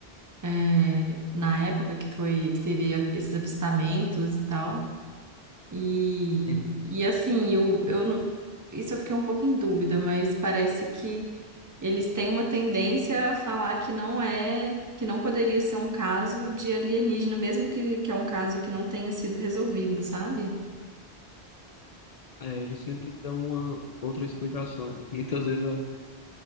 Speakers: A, on the right; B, on the left.
A: É, na época que foi, que teve a- esses avistamentos e tal. E,
B: Uhum.
A: e assim, eu, eu, não- isso eu fiquei um pouco em dúvida, mas parece que eles têm uma tendência a falar que não é, que não poderia ser um caso de alienígena, mesmo que, que é um caso que não tenha sido resolvido, sabe?
B: É, ele sempre dá uma outra explicação. Muitas vezes